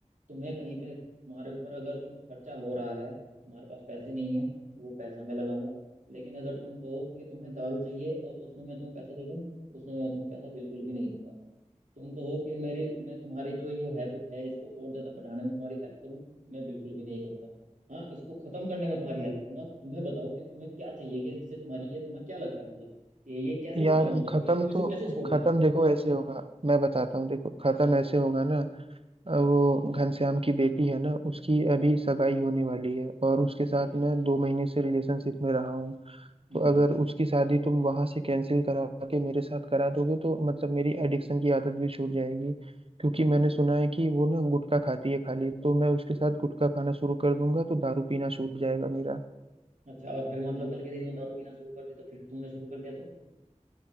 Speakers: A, on the right; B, on the right.
A: तुम्हें कहीं पे तुम्हारे ऊपर अगर कुछ खर्चा हो रहा है तुम्हारे पास पैसे नहीं है वो पैसा मैं लगाऊंगा लेकिन अगर तुम कहो कि तुम्हें दारू चाहिए और उसमें मैं तुम्हें पैसा दे दूं उसमें मैं तुम्हें पैसा बिल्कुल भी नहीं दूंगा तुम कहो कि मेरी मैं तुम्हारी जो ये हैबिट है इसको और ज्यादा बढ़ाने में तुम्हारी हेल्प करूं मैं बिल्कुल भी नहीं करूंगा हाँ इसको खत्म करने में तुम्हारी हेल्प करूंगा तुम्हें बताओ कि तुम्हें क्या चाहिए कि जिससे तुम्हारी ये तुम्हें क्या लगता है मतलब कि ये कैसे
B: यार
A: खत्म हो सकती
B: खत्म
A: है तुम इसे
B: तो
A: कैसे छोड़
B: खत्म
A: सकते हो
B: देखो ऐसे होगा मैं बताता हूँ देखो खत्म
A: बताओ
B: ऐसे होगा ना अ, वो घनश्याम की बेटी है ना उसकी अभी
A: हाँ
B: सगाई होने वाली है और उसके साथ
A: ठीक है
B: मैं दो महीने से रिलेशनशिप में रहा हूँ
A: हम्म
B: तो अगर उसकी शादी तुम वहां से कैंसिल करा के मेरे साथ करा दोगे तो मतलब मेरी एडिक्शन की आदत भी छूट जाएगी क्योंकि मैंने सुना है कि वो ना गुटखा खाती है खाली तो मैं उसके साथ गुटखा खाना शुरू कर दूंगा तो दारू पीना छूट जाएगा मेरा
A: अच्छा और फिर मतलब कल के दिन वो दारू पीना शुरू कर दी तो फिर तुमने शुरू कर दिया तो